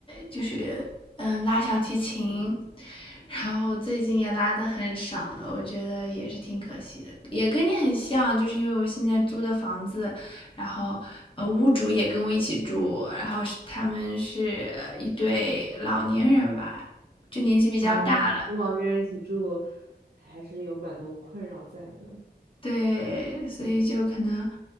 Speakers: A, on the left (about 30°); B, on the right (about 75°).
A: 就是嗯拉小提琴，然后最近也拉的很少了，我觉得也是挺可惜的，也跟你很像，就是因为我现在租的房子，然后呃屋主也跟我一起住，然后是他们是呃一对老年人吧，就年纪比较大了，
B: 然后跟老年人一起住，还是有蛮多困扰在的。
A: 对，所以就可能，